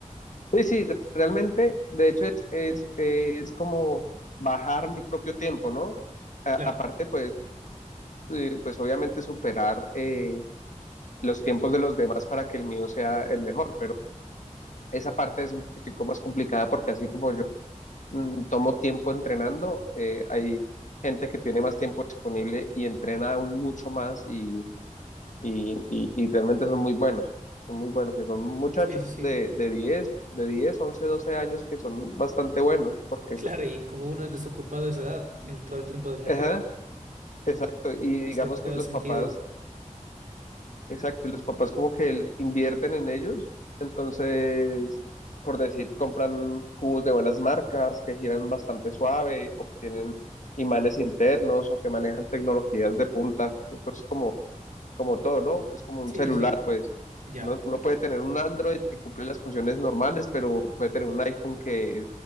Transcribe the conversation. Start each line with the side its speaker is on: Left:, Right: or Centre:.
Left: Sí, sí, re- realmente, de hecho, es, es, es como bajar mi propio tiempo, ¿no? A-
Right: Claro,
Left: aparte, pues, eh, pues obviamente superar eh, los tiempos de los demás para que el mío sea el mejor, pero esa parte es un poquitico más complicada porque así como yo mm, tomo tiempo entrenando, eh, hay gente que tiene más tiempo disponible y entrena aún mucho más y y, y, y realmente son muy buenos, son muy buenos y son muchachos
Right: sí, sí, sí.
Left: de, de diez de diez once 12 años que son bastante buenos, porque,
Right: Claro, y como uno es desocupado a esa edad, tiene todo el tiempo del mundo.
Left: ajá, exacto, y
Right: Hace
Left: digamos
Right: todo
Left: que los
Right: el sentido.
Left: papás, exacto, y los papás como que le invierten en ellos, entonces, por decir, compran cubos de buenas marcas que giran bastante suave o que tienen imanes internos o que manejan tecnologías de punta, eso es como como todo, ¿no? Es como un
Right: Sí,
Left: celular,
Right: sí, sí.
Left: pues.
Right: Ya,
Left: Uno, uno puede tener un Android que cumple las funciones normales, pero puede tener un iPhone que es